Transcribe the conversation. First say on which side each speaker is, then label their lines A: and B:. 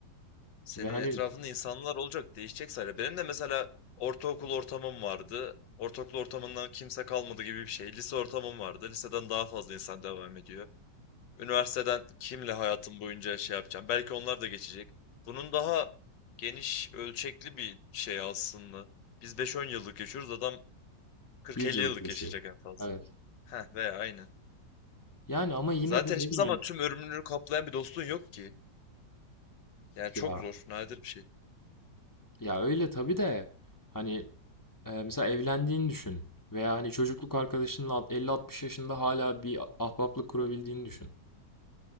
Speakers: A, on the left (about 75°); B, on the left (about 25°).
A: senin
B: Ve hani
A: etrafında insanlar olacak, değişecek sadece. Benim de mesela ortaokul ortamım vardı. Ortaokul ortamından kimse kalmadı gibi bir şey. Lise ortamım vardı. Liseden daha fazla insan devam ediyor. Üniversiteden kimle hayatım boyunca şey yapacağım? Belki onlar da geçecek. Bunun daha geniş, ölçekli bir şey aslında. Biz 5-10 yıllık yaşıyoruz, adam 40-50
B: 100 yıllık
A: yıllık
B: yaşıyor.
A: yaşayacak en fazla.
B: Evet.
A: Heh veya aynen.
B: Yani ama yine
A: Zaten
B: de ne
A: hiçbir
B: bileyim
A: zaman tüm ömrünü kaplayan bir dostun yok ki. Yani çok
B: ya
A: zor, nadir bir şey.
B: ya öyle tabii de hani e, mesela evlendiğini düşün veya hani çocukluk arkadaşınla elli altmış yaşında hala bir ahbaplık kurabildiğini düşün.